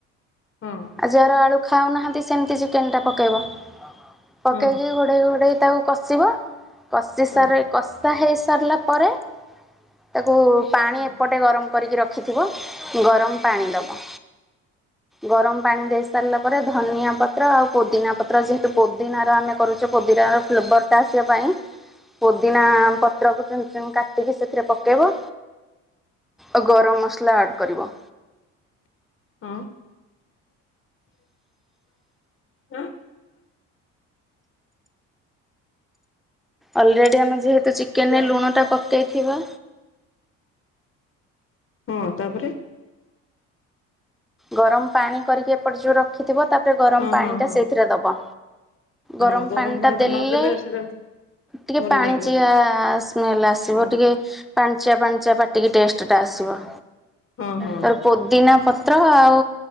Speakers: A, on the left; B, in the centre.
A: ହଁ।
B: ଆଉ ଯାହାର ଆଳୁ ଖାଉନାହାନ୍ତି ସେମିତି ଚିକେନଟାକୁ ପକାଇବ ପକାଇକି
A: ହଁ
B: ଘୋଡ଼େଇ ଘୋଡ଼େଇ ତାକୁ କଷିବ କଷି
A: ହଁ
B: ସାରି କଷା ହେଇସାରିଲା ପରେ ତାକୁ ପାଣି
A: ହଁ
B: ଏପଟେ ଗରମ କରିକି ରଖିଥିବ ଗରମ ପାଣି ଦେବ। ଗରମ ପାଣି ଦେଇ ସାରିଲା ପରେ, ଧନିଆ ପତ୍ର ପତ୍ର ଆଉ ପୋଦିନା ପତ୍ର ଯେହେତୁ ପୋଦିନାର ଆମେ କରୁଛୁ ପୋଦିନାର ଫ୍ଲେବରଟା ଆସିବା ପାଇଁ ପୋଦିନା ପତ୍ରକୁ କାଟିକି ସେଥିରେ ପକେଇବ। ଆଉ ଗରମ ମସଲା ଆଡ଼୍ କରିବ।
A: ହଁ। ହଁ।
B: ଅଲରେଡି ଆମେ ଯେହେତୁ ଚିକେନରେ
A: ହଁ
B: ଲୁଣଟା ପକେଇଥିବା
A: ହଁ ତାପରେ
B: ଗରମ ପାଣିଟା କରିକି ଏପଟେ ଯେଉଁ ରଖିଥିବ ତାପରେ ଗରମ
A: ହଁ
B: ପାଣିଟା
A: ହଁ ହଁ
B: ସେଇଥିରେ ଦେବ
A: ହଁ
B: ଗରମ ପାଣିଟା
A: ପାଣି
B: ଦେଲେ
A: ଟା ନଦେଲେ ସେଟା
B: ଟିକେ
A: ଭଲ
B: ପାଣିଚିଆ
A: ଲାଗିବ ସେଟା
B: ସ୍ମେଲ ଆସିବ
A: ହଁ
B: ଟିକେ।
A: ସେଟା
B: ପାଣିଚିଆ ପାଣିଚିଆ ପାଟିକି ଟେଷ୍ଟଟା ଆସିବ।
A: ହଁ ହଁ।
B: ତାର ପୋଦିନା ପ ତ୍ର ଆଉ